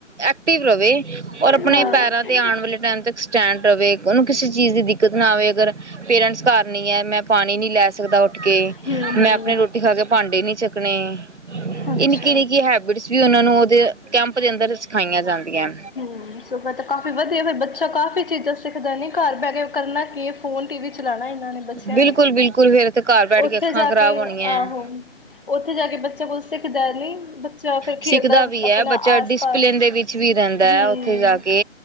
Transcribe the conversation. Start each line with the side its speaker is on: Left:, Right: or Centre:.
Right: ਐਕਟਿਵ ਰਹੇ ਔਰ ਆਪਣੇ
Left: ਹਮ ਹਮ
Right: ਪੈਰਾਂ ਤੇ ਆਉਣ ਵਾਲੇ ਟਾਈਮ ਤੱਕ ਸਟੈਂਡ ਰਹੇ ਉਹਨੂੰ ਕਿਸੇ ਚੀਜ਼ ਦੀ ਦਿੱਕਤ ਨਾ ਆਵੇ ਅਗਰ ਪੇਰੈਂਟਸ ਘਰ ਨ ਹੈ ਮੈਂ ਪਾਣੀ ਨੀ ਲੈ ਸਕਦਾ ਕੇ
Left: ਹਮ
Right: ਮੈਂ ਆਪਣੇ ਰੋਟੀ ਖਾ ਕੇ ਭਾਂਡੇ ਨੀ ਚੱਕ ਆਪਣੇ
Left: ਅੱਛਾ
Right: ਇਹ ਨਿੱਕੀ ਨਿੱਕੀ ਹੈਬਿਟਸ ਵੀ ਉਹਨਾਂ ਨੂੰ ਉਹਦੇ ਕੈਂਪ ਦੇ ਅੰਦਰ ਸਿਖਾਈਆਂ ਜਾਂਦੀਆਂ
Left: ਹਮ ਸੁਬਾ ਤਾਂ ਕਾਫੀ ਵਧੀਆ ਫ ਬੱਚਾ ਕਾਫੀ ਚੀਜ਼ਾਂ ਸਿੱਖਦਾ ਨੀ ਘਰ ਬਹਿ ਕੇ ਕਰਨਾ ਕੀ ਫੋਨ ਟੀ ਵੀ ਚਲਾਣਾ ਇਹਨਾਂ ਨੇ ਬੱਚਿਆਂ
Right: ਬਿਲਕੁਲ
Left: ਨੇ
Right: ਬਿਲਕੁਲ ਫਿਰ ਤੇ ਘਰ ਬੈਠ
Left: ਉਓਥੇ
Right: ਅੱਖਾਂ
Left: ਜਾ
Right: ਖਰਾਬ
Left: ਕੇ
Right: ਹੋਣੀਆਂ
Left: ਆਹੋ ਉਓਥੇ ਜਾ ਕੇ ਬੱਚੇ ਕੋਲ ਸਿੱਖਦਾ ਨੀ ਬੱਚਾ ਫਰ ਖੇਲਦਾ
Right: ਸਿੱਖਦਾ ਵੀ
Left: ਆਪਣਾ
Right: ਬੱਚਾ
Left: ਆਸ
Right: ਡਿਸਪਲਿਨ
Left: ਪਾਸ
Right: ਦੇ ਵਿੱਚ ਵੀ ਰਹਿੰਦਾ
Left: ਹਮ
Right: ਹੈ ਉੱਥੇ ਜਾ ਕੇ